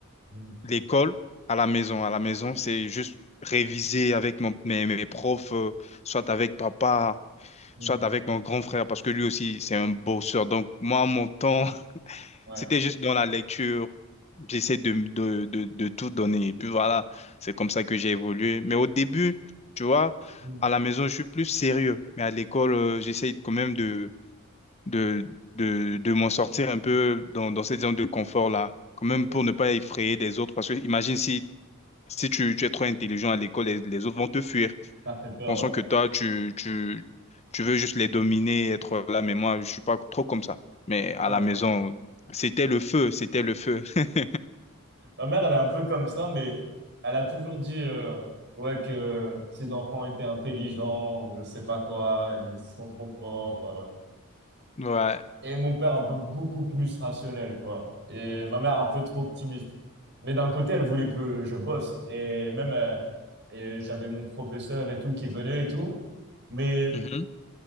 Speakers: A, on the right; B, on the left.
A: Mm,
B: l'école à la maison. À la maison, c'est juste réviser avec mon- mes, mes profs, euh, soit avec papa,
A: mm,
B: soit avec mon grand frère, parce que lui aussi, c'est un bosseur. Donc, moi, mon temps, <laughs>
A: Ouais.
B: c'était juste dans la lecture. J'essaie de, de, de, de tout donner. Et puis voilà, c'est comme ça que j'ai évolué. Mais au début, tu vois,
A: Mm,
B: à la maison, je suis plus sérieux. Mais à l'école, euh, j'essaie quand même de, de, de, de m'en sortir un peu dans, dans cette zone de confort-là. Quand
A: Ok.
B: même pour ne pas effrayer les autres. Parce que imagine si si tu, tu es trop intelligent à l'école, les, les autres vont te fuir,
A: Ça fait peur,
B: pensant
A: ouais.
B: que toi, tu, tu, tu veux juste les dominer, être là. Mais moi, je suis pas trop comme ça. Mais à
A: Ouais.
B: la maison, c'était le feu, c'était le feu. <laughs>
A: Ma mère, elle est un peu comme ça, mais elle a toujours dit euh, ouais que ses enfants étaient intelligents, je sais pas quoi, ils sont trop forts. euh.
B: Ouais.
A: Et mon père un peu beaucoup plus rationnel, quoi. Et ma mère un peu trop optimiste. Mais d'un côté, elle voulait que je bosse. Et même, euh, et j'avais mon professeur et tout qui venait et tout. Mais
B: Mhm.